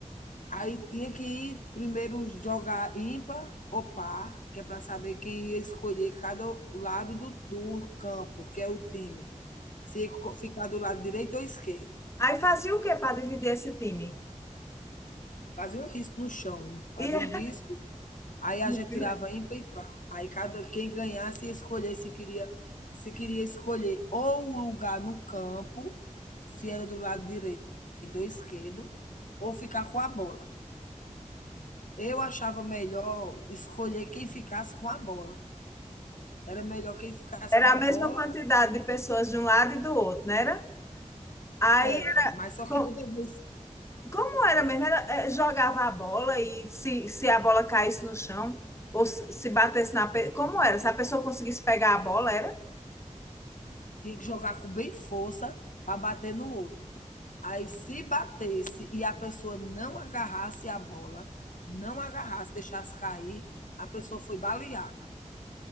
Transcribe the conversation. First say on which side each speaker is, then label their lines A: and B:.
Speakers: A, on the left; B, on the left.
A: Aí tinha que ir primeiro jogar ímpar ou par, que é para saber quem ia escolher cada lado do, do campo, que é o time. Se ia ficar do lado direito ou esquerdo.
B: Aí fazia o que para dividir esse time?
A: Fazia um risco no chão, fazia
B: E
A: um risco, aí a
B: <laughs>
A: gente tirava ímpar e par. Aí cada quem ganhasse ia escolher se queria se queria escolher ou o lugar no campo, se era do lado direito ou esquerdo, ou ficar com a bola. Eu achava melhor escolher quem ficasse com a bola. Era melhor quem ficasse
B: era
A: com a
B: a mesma
A: bola,
B: quantidade de pessoas de um lado e do outro, não era? Aí,
A: era, mas só
B: com-
A: que toda vez
B: como era mesmo? Era, eh, jogava a bola e se, se a bola caísse no chão ou se, se batesse na... pe- Como era? Se a pessoa conseguisse pegar a bola, era?
A: Tinha que jogar com bem força para bater no outro. Aí, se batesse e a pessoa não agarrasse a bola, não agarrasse, deixasse cair, a pessoa foi baleada.